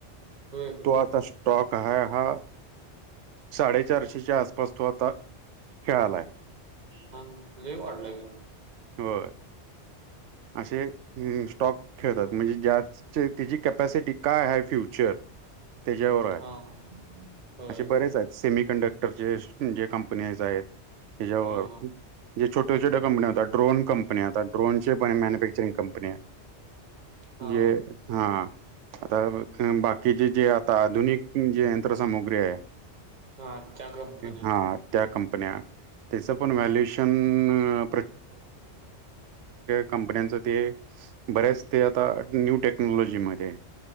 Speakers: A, on the right (about 40°); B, on the right (about 90°).
A: होय काय
B: तो आता स्टॉक हा हा साडेचारशेच्या आसपास तो आता खेळालाय
A: ह लय वाढलंय.
B: होय. असे स्टॉक खेळतात म्हणजे ज्या त्याची कॅपॅसिटी काय आहे फ्युचर त्याच्यावर आहे
A: हा होय
B: असे बरेच आहेत सेमी कंडक्टर र जे कंपनी आहेत त्याच्यावर
A: हा हा
B: जे छोट्या छोट्या कंपन्या आता ड्रोन कंपन्या ड्रोनची मॅनुफॅक्चरिंग कंपनी
A: हा
B: जे हा आता बाकीचे जे आता आधुनिक जे यंत्रसामुग्री आहे
A: हा त्या कंपन्या
B: ह त्या कंपन्या त्याचं पण व्हॅल्युएशन कंपन्यांच ते बऱ्याच ते आता न्यू टेक्नॉलॉजी मध्ये